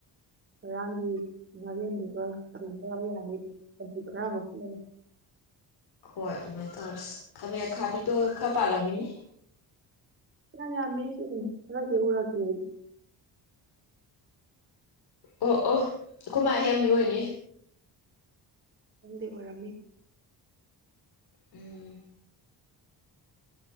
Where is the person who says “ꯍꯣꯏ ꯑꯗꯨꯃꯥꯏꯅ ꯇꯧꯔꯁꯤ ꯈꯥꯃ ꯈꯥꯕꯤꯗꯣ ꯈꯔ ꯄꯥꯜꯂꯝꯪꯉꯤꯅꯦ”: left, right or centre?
Left